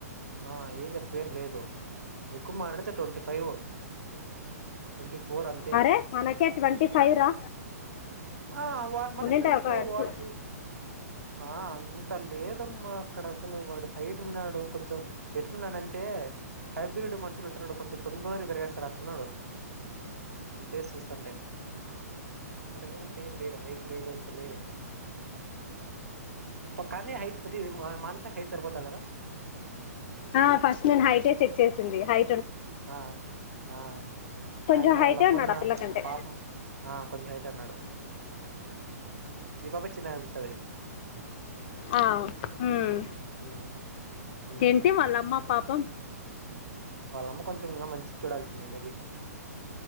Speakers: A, on the right; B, on the left.
A: ఆ ఏజ్ క్కువేం లేదు ఎక్కువ మాట్లాడితే ట్వంటీ ఫైవ్ ట్వంటీ ఫోర్ అంతే
B: అరే మనకే ట్వంటీ ఫైవ్ రా
A: ఆ వ మనకి
B: ఉండింటాయి
A: ట్వంటీ
B: ఒక
A: ఫైవ్ వాడ్
B: టూ
A: చుస్ ఆ అంత లేదమ్మా అక్కడ అసలు వాడు హైట్ ఉన్నాడు కొంచెం ఎట్లున్నాడంటే హైబ్రిడ్ మనుషులు ఉంటరు చూడు కొంచెం తొం కొరి పెరిగేస్తాడు అట్లున్నాడు చేసి చూస్తాంటే అంతకు మించ్ హైట్ లేడు అంత లేడు కనీ హైట్ అది మా మాన్సాకి హైట్ సర్పోతాడు కదా
B: ఆ ఫస్ట్ నేను హైటే చెక్ చేసింది హై
A: ఆ ఆ
B: కొంచెం
A: ఆయన
B: హైటే
A: వాళ్ళమ్మన్న
B: ఉన్నాడు ఆ పిల్లకంటే
A: పాపం ఆ కొంచెం హైట్ ఉన్నాడు ఈ పాపే చిన్నకనిపిస్తాది
B: ఆ ఉమ్
A: ఉమ్ ఉమ్
B: ఏంటి వాళ్ళ అమ్మ పాప్ పం
A: వాళ్ళమ్మ కొంచ్ చం ఇంగ మంచిగ్ చూడాల్సింది మేబి